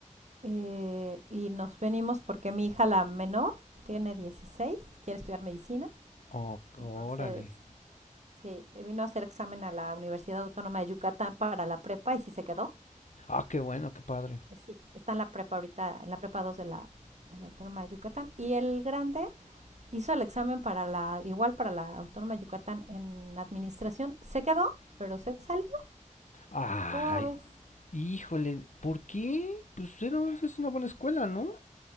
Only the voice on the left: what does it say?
o-
órale.
Ah, qué bueno, qué padre.
Ay,
híjole, ¿por qué? Pues era, es una buena escuela, ¿no?